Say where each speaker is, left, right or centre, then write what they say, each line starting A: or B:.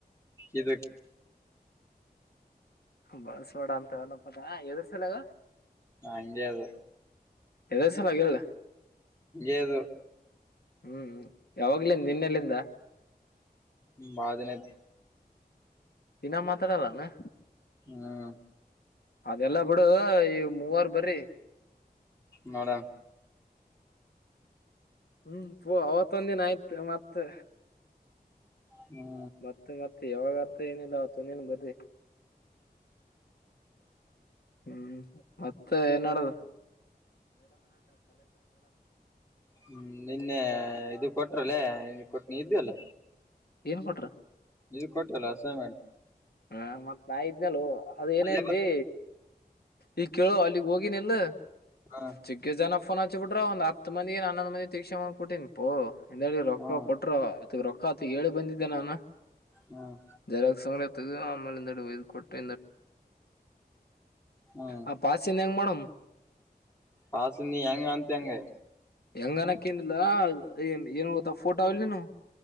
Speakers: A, on the left; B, on the left.
A: ಇದು
B: ಬಸವಾಡ ಅಂತನಪ್ಪದಾ ಎದ್ರ ಸಲಗ
A: ನ ಅಜ ಅದು
B: ಎದ್ರ ಸಲ್ವಾಗಿ ಏಳು
A: ಏನಿಲ್ಲ
B: ಹ್ಮ್ ಯಾವಾಗ್ಲಿಂದ ನಿನ್ನೆಲ್ಲಿಂದ
A: ಬಾಳ ದಿನ ಆಯ್ತಿ
B: ದಿನ ಮಾತಾಡಲೇನೋ
A: ಹ್ಮ್
B: ಅದೆಲ್ಲಾ ಬಿಡು ಈ ಮೂವರ್ ಬರಿ
A: ನೋಡ
B: ಹ್ಮ್ ಪೂ ಅವತ್ತೊಂದ ದಿನ ಆಯ್ತ್ ಮತ್ತೆ
A: ಹ್ಮ್
B: ಮತ್ತೆ ಮತ್ತೆ ಯಾವಾಗತ್ರ ಏನಿಲ್ಲ ಅವತ್ತುಂದೇನ್ ಬರ್ರಿ ಹ್ಮ್ ಮತ್ತೆ ಏನ್ಡದು
A: ಹ್ಮ ನಿನ್ನೆ ಇದು ಕೊಟ್ರಲ್ಲೇ ನ ಕೊಟ್ನಿ ಇದ್ದ ಅಲ್ಲ
B: ಏನ್ ಕೊಟ್ರ
A: ನೀ ಕೊಟ್ಟಲ್ಲ ಅಸೈನ್ಮೆಂಟ್
B: ಹ ಮತ್ ನಾ ಇದ್ನಲ್ಲು ಅದ ಏನಲ್ಲಿ
A: ಅಲ್ಲೇ
B: ಈ ಕೇಳು ಅಲ್ಲಿಗ್ ಹೋಗಿನ ಇಲ್ಲ
A: ಬರ್
B: ಚಿಗ್ಗ ಜನ ಫೋನ್ ಹಚ್ಚ್ ಬಿಟ್ರ ಒಂದು ಹತ್ತು ಮಂದಿ ಹನ್ನೊಂದ ಮಂದಿ ತೀಕ್ಷಣಂದ್ ಕೊಟ್ಟಿನ್ ಪೋ ಹಿಂದಿ ರೊಕ್ಕ
A: ಹ್ಮ್
B: ಕೊಟ್ರ ರೊಕ್ಕ ಆತ ಹೇಳಿ ಬಂದಿದ್ದೆ ನಾನು
A: ಹ್ಮ್
B: ಜೆರಾಕ್ಸ್ ಆಮಲೆ ಎಂದಡಿ ಕೊಟ್ಟ
A: ಹ್ಮ್
B: ಆ ಪಾಸಿಂದ ಹೆಂಗ ಮಾಡಮ್ ಹ್ಮ್
A: ಪಾಸಿಂದು ನೀ ಹೆಂಗ ಅಂತಿಯ ಹಂಗೆ
B: ಹೆಂಗನಕ್ಕ ಏನಿಲ್ಲ ಏನ್ ಏನುತ ಫೋಟೋ ಆಲಿನು